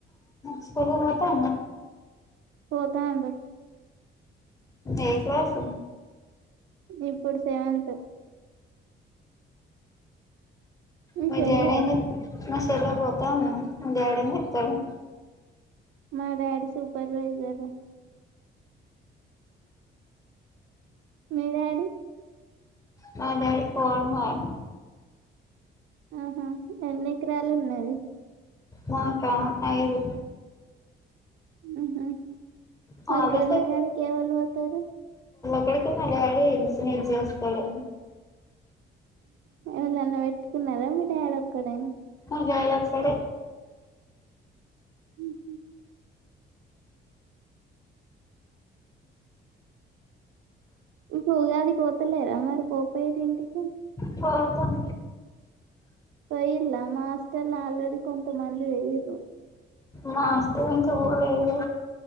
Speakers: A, on the left (about 15°); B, on the right (about 75°).
A: స్క పోతా
B: పోతా అ భై
A: ఏకుస
B: ఇప్పుడు సెవంతంత్ మీ
A: మర్యాణ
B: చెల్లె
A: అ మ సలా పోతా డంగాతడు
B: మా డాడీ సూపర్వైజర్ మీరడి
A: మ డాడీ పో అట్నావే
B: ఆహా ఎన్నికరాలు ఉన్నాయి
A: మాకా అఐదు
B: ఉ
A: హాలిడేస్
B: అ గర్లా
A: లో
B: కాడి క వాళుతారు
A: ఇక్కడకి మలళ ఏసినజస్తడు
B: ఎళన్నా పెట్టుకున్నారా మీ డాడ ఒక్కడైనా
A: క్కడ
B: ఉహు ఇంక ఉగాది కోతులేర మరి పోపోయట ఇంటికి
A: పోతాం.
B: పోయిల్లా మ హస్టెల్ ల్ల అల్రడీ కొంత పోయింర్రు.
A: మాస్క, కొచ్చావోలేదు,